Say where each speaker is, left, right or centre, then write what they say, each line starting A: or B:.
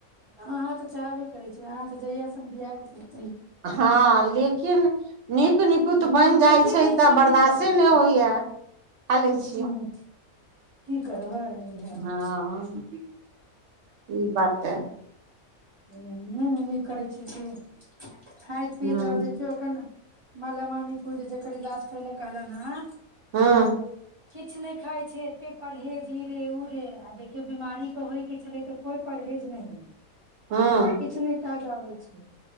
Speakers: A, on the right; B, on the right.
A: अहाँ तऽ चाहबे करै छीयै अहाँ जहिया से हम बियाह क के
B: हँ लेकिन नीक निकुत
A: लेकिन
B: बनि
A: होइते
B: जाइत छैय
A: नहि
B: तऽ
A: छै
B: बर्दास्ते
A: की करबै
B: नहि होइए खा लै छी
A: ह की करबै इएह होइ
B: हँ
A: छै
B: ई बात य
A: नहि नहि नीक करै छियै की खाईत
B: ह
A: पीयत रहतय केव एखन माल मम्मी कू जे जकर इलाज करैल कहल ने
B: ह
A: किछु नहि खाइत छैय एतेक परहेज ई रे ओ रे आ देखियौ बिमारीके होयके छलै तऽ कोइ परहेज नहि
B: हँ
A: किछु नहि काज आबै छैय